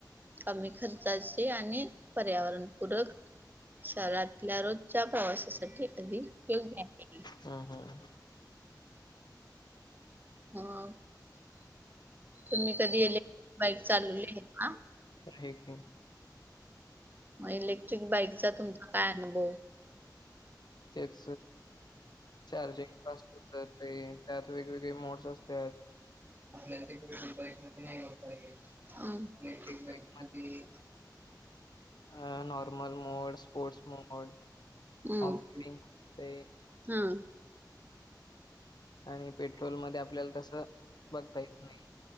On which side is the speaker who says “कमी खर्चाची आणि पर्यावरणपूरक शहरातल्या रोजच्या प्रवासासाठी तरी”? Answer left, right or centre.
Right